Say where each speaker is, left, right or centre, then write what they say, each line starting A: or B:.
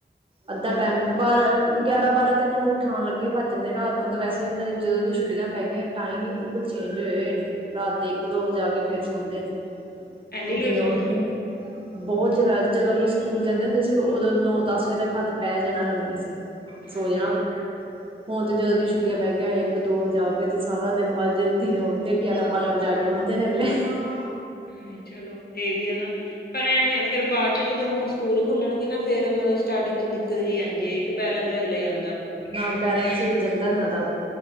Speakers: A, on the right (about 30°); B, on the left (about 55°).
A: ਅੱਧਾ
B: ਬਿਲਕੁਲ।
A: ਟਾਈਮ ਬਾਰਾਂ। ਗਿਆਰਾਂ ਬਾਰਾਂ ਤਾਂ ਇਹਨਾਂ ਨੂੰ ਉਠਾਉਣ ਲੱਗੇ ਵੱਜ ਜਾਂਦੇ ਰਾਤ ਨੂੰ ਤਾਂ ਵੈਸੇ ਮਨਾਂ ਦੀ ਜਦੋਂ ਦੀ ਛੁੱਟੀਆਂ ਪੈ ਗਈਆਂ। ਟਾਈਮ ਹੀ ਬਿਲਕੁਲ ਚੇਂਜ ਹੋਏ ਹੋਏ ਨੇ ਰਾਤ ਦੇ ਇੱਕ ਦੋ ਵਜਾ ਕੇ ਫਿਰ ਸੁਣਦੇ ਨੇ।
B: ਐਨੀ
A: ਤੇ
B: ਲੇਟ
A: ਦਿਨ <unintelligible>
B: ਸੌਂਦੇ?
A: ਬਹੁਤ ਜ਼ਿਆਦਾ ਜਦੋਂ ਅਗੇ ਸਕੂਲ ਜਾਂਦੇ ਹੁੰਦੇ ਸੀ ਉਦੋਂ ਨੌ ਦਸ ਵਜੇ ਤੱਕ ਹੱਦ ਪੈ ਜਾਣਾ ਲੰਮੇ। <unintelligible>
B: ਹਾਂਜੀ-ਹਾਂਜੀ।
A: ਹੁਣ ਤੇ ਜਦੋਂ ਦੀਆਂ ਛੁੱਟੀਆਂ ਪੈ ਗਈਆਂ ਇੱਕ ਦੋ ਵਜੇ ਆ ਕੇ ਤੇ ਸਾਰਾ ਦਿਨ ਬਾਅਦ ਜ ਦਿਨਂ ਉੱਦੇ ਗਿਆਰਾਂ ਬਾਰਾਂ ਵਜਾ ਆ ਕੇ ਉੱਠਦੇ। <unintelligible>
B: ਹਮ ਚਲੋ ਇਹ ਵੀ ਆ ਨਾ। ਪਰ ਐਵੇਂ ਫਿਰ ਬਾਅਦ ਚ ਜਦੋਂ ਹੁਣ ਸਕੂਲ ਖੁੱਲਣਗੇ ਨਾ ਫੇਿਰ ਮਤਲਬ ਸਟਾਰਟਿੰਗ ਦਿਕਤ ਦਿਕਤ ਜੀ ਆਦੀ ਆ ਹੈ ਇੱਕ ਬੈਲੈਂਸ ਜਾ ਹਿਲ ਜਾਂਦਾ।
A: ਨਾਾਂ ਬੈਲੈਂਸ ਹਿਲ ਜਾਂਦਾ ਇਹਨਾ ਦਾ